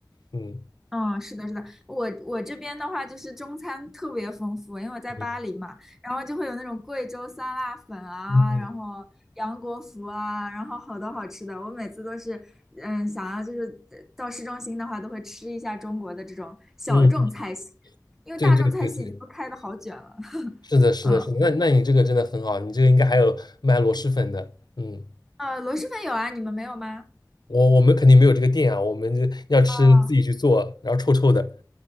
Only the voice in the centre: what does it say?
嗯，是的，是的，我我这边的话就是中餐特别丰富，因为我在巴黎嘛，
然后就会有那种贵州酸辣粉啊，
然后杨国福啊，然后好多好吃的，我每次都是，嗯，想要就是呃到市中心的话，都会吃一下中国的这种小众菜系，
因为大众菜系已经都开的好卷了，
<laughs>
嗯。
呃，螺蛳粉有啊，你们没有吗？
哦